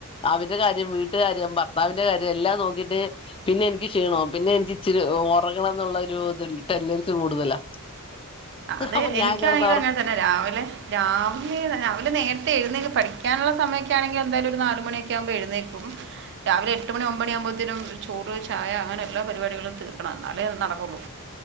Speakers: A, on the left; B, on the right.
A: അവരെ കാര്യം വീട്ട് കാര്യം ഭർത്താവിന്റെ കാര്യം എല്ലാം നോക്കിട്ട് പിന്നെ എനി ക്കി ക്ഷീണോം പിന്നെ എനിക്ക് ഇച്ചിരി ഉറങ്ങണംന്നുള്ളൊരു ത്ണ്ട് ടെൻഡൻസി കൂടുതലാ
B: അത്
A: അപ്പൊ
B: എനിക്കാണെങ്കിലും
A: ഞാൻ കിടന്ന് ഉറ
B: അങ്ങനെ തന്നെ രാവിലെ രാ രാവിലെ നേരത്തെ എഴുന്നേറ്റ് പഠിക്കാനുള്ള സമയൊക്കെ ആണെങ്കി എന്തായാലും ഒരു നാലുമണിയൊക്കെ ആകുമ്പോ എഴുന്നേക്കും രാവിലെ എട്ട് മണി ഒമ്പണിയകുമ്പോഴത്തേും ചോറ് ഛായ അങ്ങനെ എല്ലാ പരിപാടികളും തീർക്കണംഎന്നാലേ നടക്കുള്ളൂ